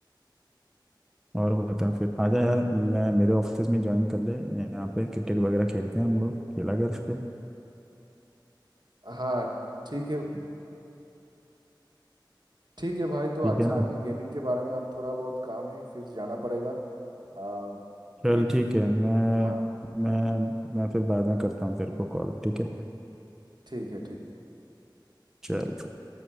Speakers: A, in the centre; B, on the right.
A: और बता फिर आजा यार मैं मेरे ऑफिस में ज्वाइन कर ले यहाँ पे क्रिकेट वगैरह खेलते हैं हम लोग खेला कर फिर
B: हाँ ठीक है ठीक है भाई तो
A: ठीक
B: अच्छा
A: है ना
B: लगा गेमिंग के बारे में अब थोड़ा बहुत काम है फिर जाना पड़ेगा आ,
A: चल
B: देखते
A: ठीक है मैं
B: हाँ
A: मैं मैं फिर बाद में करता हूँ तेरे को कॉल ठीक है
B: ठीक है ठीक है
A: चल